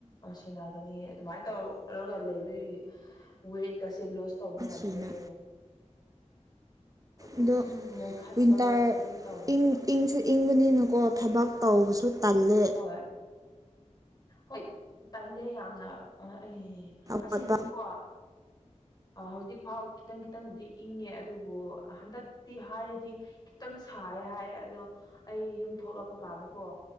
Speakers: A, on the left (about 35°); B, on the right (about 30°).
A: ꯁꯦꯟꯅꯒꯅꯤ ꯑꯗꯨꯃꯥꯏ ꯇꯧꯔꯒ ꯂꯩꯕꯤꯒꯤ ꯋꯦꯠꯀꯁꯦ ꯂꯣꯁ ꯇꯧꯕ ꯉꯝꯗ꯭ꯔꯦ
B: ꯁꯤꯅ
A: ꯑꯩꯗꯣ ꯑꯗꯨꯝ
B: ꯑꯗꯣ
A: ꯅꯣꯏꯈꯠꯄ
B: ꯋꯤꯟꯇꯔ
A: ꯑꯗꯨꯝ ꯇꯧꯔꯦ
B: ꯏꯪ ꯏꯪꯁꯨ ꯏꯪꯕꯅꯤꯅꯀꯣ ꯊꯕꯛ ꯇꯧꯕꯁꯨ ꯇꯜꯂꯦ
A: ꯍꯣꯏ ꯍꯣꯏ ꯇꯜꯂꯦ ꯌꯥꯝꯅ ꯑꯦ
B: ꯍꯧꯒꯠꯄ
A: ꯑꯁꯤꯗꯁꯨꯀꯣ ꯍꯧꯖꯤꯛ ꯐꯥꯎ ꯈꯤꯇꯪ ꯈꯤꯇꯪꯕꯨꯗꯤ ꯏꯪꯉꯦ ꯑꯗꯨꯕꯨ ꯍꯟꯗꯛꯇꯤ ꯍꯥꯏꯔꯗꯤ ꯈꯤꯇꯪ ꯁꯥꯏ ꯍꯥꯏꯌꯦ ꯑꯗꯣ ꯑꯩ ꯌꯨꯝ ꯊꯣꯛꯂꯛꯄ ꯀꯥꯟꯗꯀꯣ